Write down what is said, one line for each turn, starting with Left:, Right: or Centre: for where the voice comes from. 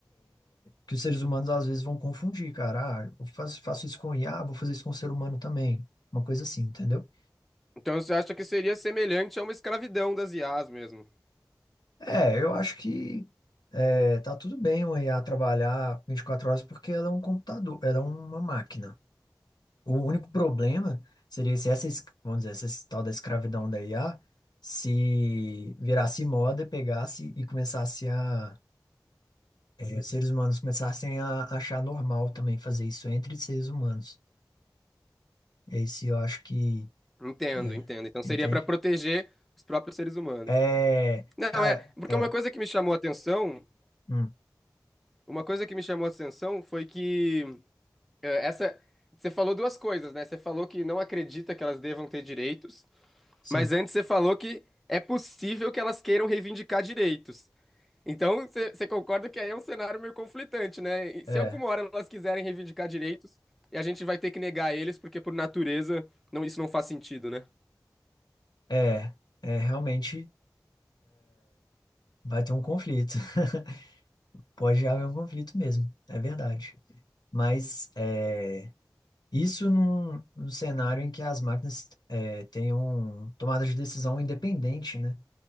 Left: que os seres humanos às vezes vão confundir, cara, ah, eu faço, faço isso com o IA, vou fazer isso com o ser humano também, uma coisa assim, entendeu?
Centre: Então você acha que seria semelhante a uma escravidão das IAs mesmo?
Left: É, eu acho que é, tá tudo bem o IA trabalhar 24 horas porque ela é um computador, ela é uma máquina. O único problema seria se essa, es- vamos dizer, essa es- tal da escravidão da IA se virasse moda e pegasse e começasse a, é, os seres humanos começassem a achar normal também fazer isso entre seres humanos. Esse eu acho que,
Centre: Entendo,
Left: é,
Centre: entendo. Então
Left: entende?
Centre: seria para proteger os próprios seres humanos.
Left: É,
Centre: Não,
Left: cara,
Centre: é, porque
Left: é,
Centre: uma coisa que me chamou a atenção,
Left: hum,
Centre: uma coisa que me chamou a atenção foi que eh, essa, você falou duas coisas, né? Você falou que não acredita que elas devam ter direitos,
Left: sim,
Centre: mas antes você falou que é possível que elas queiram reivindicar direitos. Então, você você concorda que aí é um cenário meio conflitante, né? E
Left: é,
Centre: se alguma hora elas quiserem reivindicar direitos, e a gente vai ter que negar eles, porque por natureza não, isso não faz sentido, né?
Left: é, é realmente. Vai ter um conflito. <laughs> Pode haver um conflito mesmo, é verdade. Mas é, isso num, num cenário em que as máquinas é, tenham tomada de decisão independente, né,